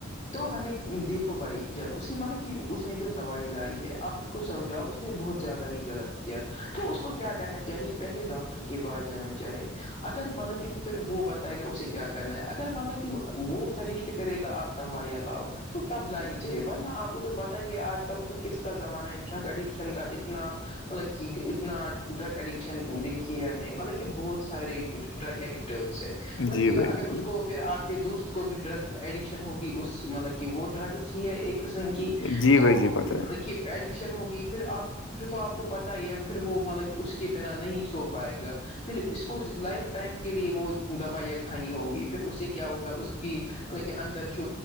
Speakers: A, on the left (about 35°); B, on the left (about 75°).
A: تو ہمیں دیکھو بھائی جان اس نے مطلب کہ اس نے جو دوائی لائی ہے آپ کو سمجھاؤ اس نے بہت زیادہ ہی غط کیا تو اس کو کیا کرنا چاہیے پہلے ڈاکٹر باہ جانا چاہے اگر مطلب کہ پھر وہ بتائے گا اسے کیا کرنا ہے اگر مان لو کہ وہ سجیسٹ کرے گا آپ دوا یا لاؤ تو تب لانی چاہیے ورنہ آپ کو تو پتہ ہی ہے آج کل تو کس کا زمانہ ہے ڈرگ اڈکشن کا اتنا مطلب کہ اتنا ڈرگ اڈکشن دیکھی ہے ہم نے مطلب کہ بہت سارے ڈرگ اڈکٹرس ہے مطلب
B: جی
A: اگر
B: بھائی
A: اس کو پھر آپ کے دوست کو بھی ڈرگ ایڈکشن ہوگی اس مطلب کہ وہ ڈرگز ہی ہے ایک قسم کی
B: جی
A: تو
B: بھائی جی پتہ ہے
A: ایڈکشن ہوگی پھر آپ پھر تو آپ کو پتا ہی ہے پھر وہ مطلب کہ اس کے بنا نہیں سو پائے گا پھر اس کو لائف ٹائم کے لیے وہ دوائی یا کانی ہوں گی پھر اس سے کیا ہوگا اس کی مطلب کہ اندر چ